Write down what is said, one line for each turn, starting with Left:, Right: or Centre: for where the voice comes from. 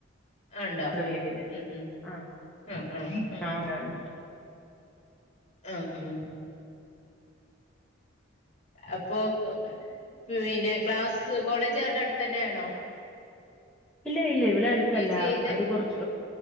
Left: ഉണ്ടോ
Centre: വീട്ടില്.
Left: ഉം ഉം
Centre: ആഹ്.
Left: ആ ആ ഉ
Centre: ആഹ് ഉണ്ട് ഉണ്ട്.
Left: ആഹ ആഹ് അപ്പൊ പിന്നെ ക്ലാസ് കോളേജ് അവരുടെ അടുത്ത് തന്നെ ആണോ
Centre: <inaudible> ഇല്ല ഇല്ല ഇവിടെ അടുത്തല്ല
Left: പി ജി ചെയ്തെ
Centre: അത് കുറച്ച്